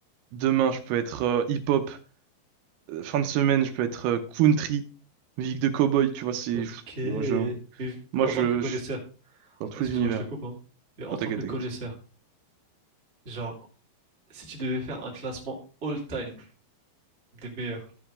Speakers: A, on the right; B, on the right.
A: demain, je peux être euh, hip-hop, euh, fin de semaine, je peux être euh, country, musique de cowboy. Tu vois, c'est
B: Ok.
A: pff,
B: Mais
A: moi, je
B: vu-
A: moi,
B: en
A: je,
B: tant que connaisseur,
A: je suis dans tous
B: excuse-moi,
A: les univers.
B: je te coupe, hein. Mais en
A: Ah,
B: tant
A: t'inquiète,
B: que connaisseur,
A: t'inquiète.
B: genre, si tu devais faire un classement all-time des meilleurs,